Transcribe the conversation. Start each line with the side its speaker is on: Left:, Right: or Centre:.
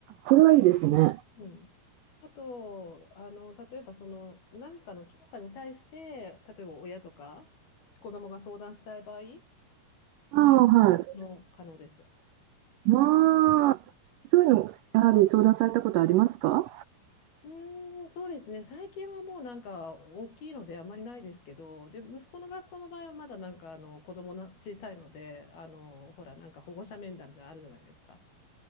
Right: それはいいですね。
Left: うん、あとあの、例えばその何かの教科に対して、例えば親とか子供が相談したい場合、
Right: ああ、
Left: それは可能可能です。
Right: はい。まあ、そういうの、やはり相談されたことありますか
Left: うーん、そうですね。最近はもうなんか大きいのであまりないですけど、で、息子の学校の場合はまだなんかあの子供な小さいので、あの、ほら、なんか保護者面談みたいなのあるじゃないですか。